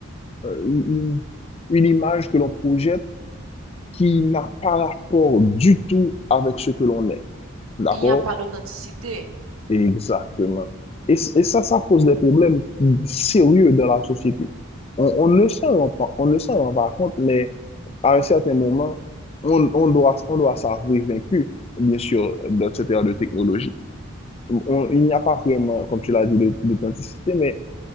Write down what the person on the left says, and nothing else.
une, une image que l'on projette qui n'a pas rapport du tout avec ce que l'on est. D'accord?
Exactement. Et, et ça, ça pose des problèmes sérieux dans la société. On, on ne s'en rend pas, on ne s'en rend pas compte, mais à un certain moment, on, on doit, on doit s'avouer vaincu, bien sûr,
dans cette ère de technologie. On- il n'y a pas vraiment, comme tu l'as dit, d'aut- d'authenticité, mais